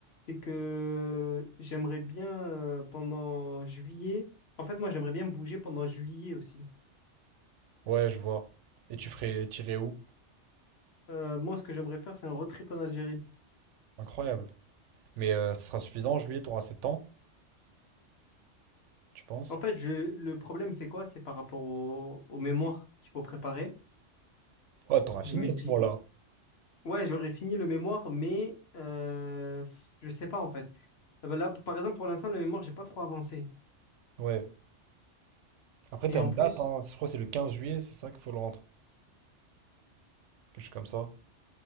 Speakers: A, on the left (about 60°); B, on the right (about 80°).
A: C'est que j'aimerais bien euh, pendant juillet. En fait, moi, j'aimerais bien bouger pendant juillet aussi.
B: ouais, je vois. Et tu ferais tirer où?
A: Euh, moi, ce que j'aimerais faire, c'est un road trip en Algérie.
B: Incroyable. Mais euh, ce sera suffisant en juillet, t'auras 7 ans, tu penses?
A: En fait, je, le problème, c'est quoi? C'est par rapport au, au mémoire qu'il faut préparer.
B: Ouais, t'auras fini
A: Je me
B: à
A: dis,
B: ce moment-là.
A: ouais, j'aurais fini le mémoire, mais euh, je sais pas, en fait. Eh ben Là, p- par exemple, pour l'instant, le mémoire, j'ai pas trop avancé.
B: Ouais. Après, t'as
A: Et en
B: une
A: plus,
B: date, hein. Je crois que c'est le 15 juillet, c'est ça qu'il faut le rendre. Quelque chose comme ça.